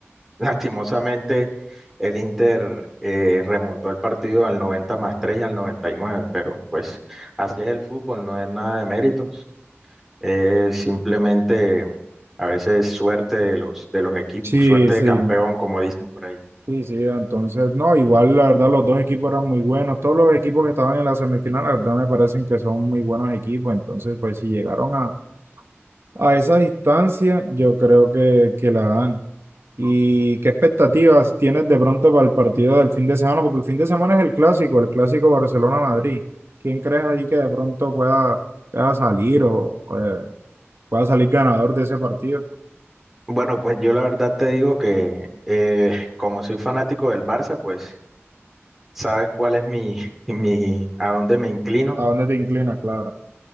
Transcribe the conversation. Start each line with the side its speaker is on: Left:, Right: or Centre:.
Centre: Lastimosamente, el Inter eh, remontó el partido al 90 más 3 y al 99, pero pues así es el fútbol, no es nada de méritos, es simplemente a veces suerte de los, de los equipos,
Right: Sí,
Centre: suerte
Right: sí.
Centre: de campeón, como dicen por ahí.
Right: Sí, sí, entonces, no, igual la verdad los dos equipos eran muy buenos, todos los equipos que estaban en la semifinal, la verdad me parecen que son muy buenos equipos, entonces pues si llegaron a, a esa distancia, yo creo que, que la dan. ¿Y qué expectativas tienes de pronto para el partido del fin de semana? Porque el fin de semana es el clásico, el clásico Barcelona-Madrid. ¿Quién crees ahí que de pronto pueda, pueda salir o, o, eh, pueda salir ganador de ese partido?
Centre: Bueno, pues yo la verdad te digo que eh, como soy fanático del Barça, pues sabes cuál es mi, <laughs> mi, a dónde me inclino,
Right: ¿A dónde te inclinas? Claro.